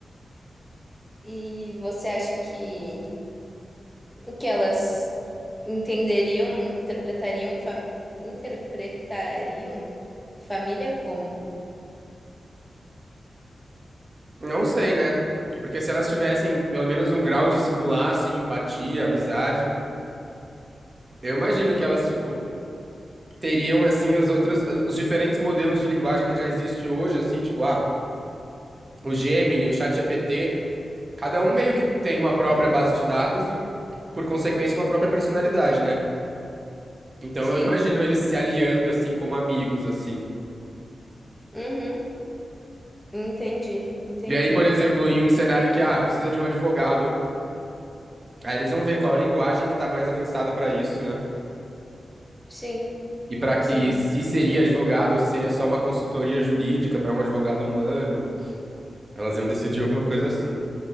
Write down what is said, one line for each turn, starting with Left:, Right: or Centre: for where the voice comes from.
Centre: E você acha que o que elas entenderiam, interpretariam, fa- interpretariam família como?
Right: Não sei, né? Porque se elas tivessem pelo menos um grau de simular, assim, empatia, amizade, eu imagino que elas, tipo, teriam, assim, as outras, os diferentes modelos de linguagem que já existe hoje, assim, tipo, ah, o Gemini, o ChatGPT, cada um meio que tem uma própria base de dados e, por consequência, uma própria personalidade, né? Então
Centre: Sim.
Right: eu imagino eles se aliando assim como amigos assim.
Centre: Uhum. Entendi, entendi.
Right: E aí, por exemplo, em um cenário em que ah, precisa de um advogado, aí eles vão ver qual a linguagem que tá mais avançada para isso, né?
Centre: Sim,
Right: E para
Centre: sim.
Right: e se seria advogado ou se seria só uma consultoria jurídica para um advogado humano, elas iam decidir alguma coisa assim.